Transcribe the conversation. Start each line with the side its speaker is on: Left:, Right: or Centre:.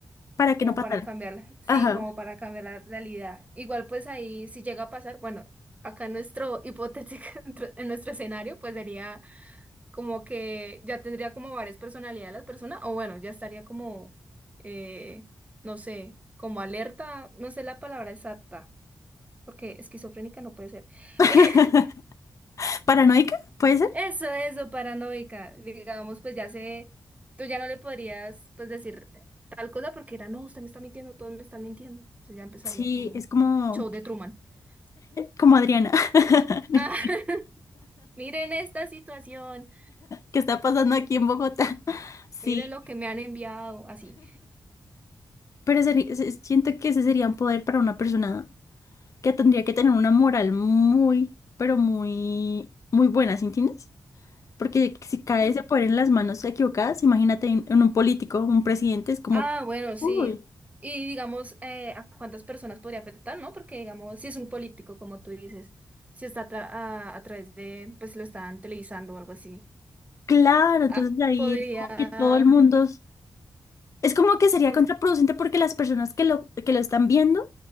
Left: para que
Right: como
Left: no pasara.
Right: para cambiar, sí,
Left: Ajá.
Right: como para cambiar la realidad. Igual pues ahí si llega a pasar, bueno, acá en nuestro hipotético, <laughs> en nuestro escenario, pues sería como que ya tendría como varias personalidades las personas, o bueno, ya estaría como, eh, no sé, como alerta, no sé la palabra exacta, porque esquizofrénica no puede ser.
Left: <laughs>
Right: <laughs>
Left: ¿Paranoica? ¿Puede ser?
Right: Eso, eso, paranoica, digamos, pues ya sé, tú ya no le podrías, pues decir tal cosa porque era, no, usted me está mintiendo, todos me están mintiendo. Entonces ya empezaría
Left: Sí,
Right: como
Left: es como,
Right: show de Truman. <laughs>
Left: como Adriana, <laughs> mentira,
Right: Ah, miren esta situación,
Left: que está pasando aquí en Bogotá. Sí,
Right: miren lo que me han enviado, así.
Left: pero seri- se- siento que ese sería un poder para una persona que tendría que tener una moral muy, pero muy, muy buena, ¿sí entiendes? Porque si cae ese poder en las manos equivocadas, imagínate en, en un político, un presidente, es como,
Right: Ah, bueno, sí.
Left: uy,
Right: Y digamos, eh, ¿a cuántas personas podría afectar, no? Porque digamos, si es un político, como tú dices, si está a, tra- a- a través de, pues lo están televisando o algo así.
Left: claro, entonces
Right: Ah,
Left: ahí
Right: podría...
Left: es como que todo el mundo Es como que sería
Right: pod-
Left: contraproducente porque las personas que lo, que lo están viendo